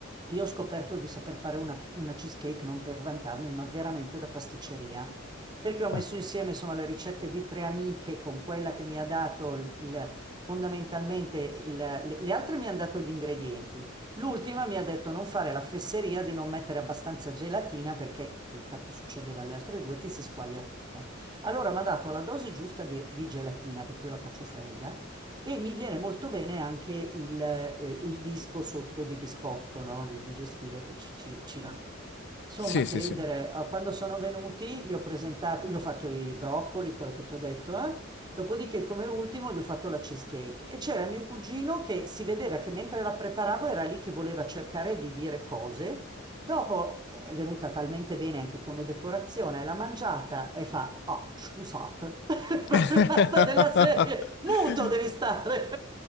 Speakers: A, on the right; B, on the left.
A: Io ho scoperto di saper fare una, una cheesecake non per vantarmi, ma veramente da pasticceria perché ho messo
B: Ah,
A: insieme insomma, le ricette di tre amiche con quella che mi ha dato il- il- fondamentalmente, il- le, le altre mi hanno dato gli ingredienti. L'ultima mi ha detto non fare la fesseria di non mettere abbastanza gelatina perché, e infatti succedeva alle altre due, ti si squaglia tutta. Allora mi ha dato la dose giusta di, di gelatina perché io la faccio fredda. E mi viene molto bene anche il, eh, il disco sotto di biscotto, no? Le digestive che ci, ci- ci va. Insomma,
B: Sì,
A: che
B: sì,
A: ridere,
B: sì.
A: eh, quando sono venuti gli ho presentato, gli ho fatto i broccoli, quello che ti ho detto, eh. Dopodiché come ultimo gli ho fatto la cheesecake e c'era mio cugino che si vedeva che mentre la preparavo era lì che voleva cercare di dire cose. Dopo è venuta talmente bene anche come decorazione, l'ha mangiata e fa, ah, scusate, <laughs>
B: <laughs>
A: proprio basta della serie, muto devi stare.